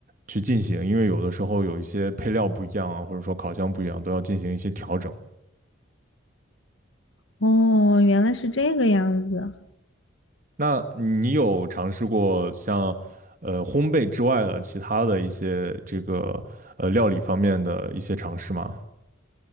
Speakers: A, on the right; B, on the left.
A: 去进行，因为有的时候有一些配料不一样啊，或者说烤箱不一样，都要进行一些调整。
B: 哦，原来是这个样子。
A: 那你有尝试过像呃烘焙之外的其他的一些这个呃料理方面的一些尝试吗？